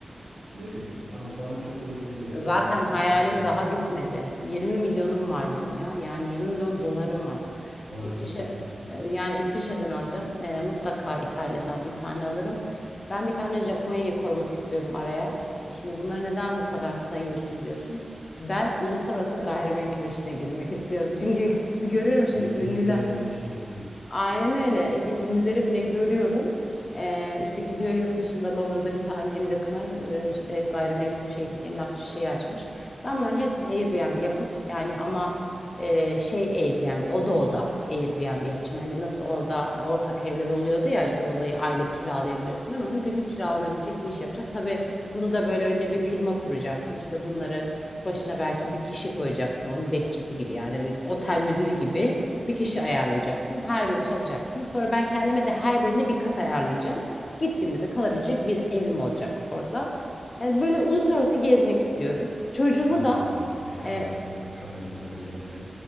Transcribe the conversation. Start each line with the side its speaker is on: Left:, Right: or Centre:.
Right: ne bileyim bana bana çok uygun değil.
Left: Zaten
Right: Yani İngiltere
Left: hayalim
Right: tamam mantıklı
Left: daha bitmedi.
Right: ama
Left: 20 milyonum var benim ya. Yani 20 milyon dolarım var.
Right: harca
Left: İsviçre
Right: harca bitmez.
Left: e, yani İsviçre'den alacağım. E, mutlaka İtalya'dan bir tane alırım. Ben bir tane Japonya'yı koymak istiyorum araya. E şimdi bunları neden bu kadar sayıyorsun diyorsun. Ben uluslararası gayrimenkul işine girmek istiyorum. <laughs> Çünkü görüyorum şimdi
Right: A-
Left: ünlüler.
Right: Airbnb işi yapacağız.
Left: Aynen öyle. İşte ünlüleri bile görüyorum. Ee, işte gidiyor yurt dışında Londra'da bir tane Emre Kınay e, işte gayrimenkul şey emlakçı şeyi açmış. Ben bunların hepsini Airbnb yapıp yani ama e, şey Airbnb oda oda Airbnb yapacağım. Hani nasıl orada ortak evler oluyordu ya işte odayı aylık kiralayabiliyorsun. Ben onu günlük kiralanabilecek bir iş yapacağım. Tabii bunu da böyle önce bir firma kuracaksın. İşte bunları başına belki bir kişi koyacaksın. Onun bekçisi gibi yani bir otel müdürü gibi. Bir kişi ayarlayacaksın. Her birini çalacaksın. Sonra ben kendime de her birine bir kat ayarlayacağım. Gittiğimde de kalabilecek bir evim olacak orada. Yani böyle uluslararası gezmek istiyorum. Çocuğumu
Right: Ne
Left: da
Right: kadar, ne kadar
Left: e,
Right: güzel, ne kadar güzel hayaller.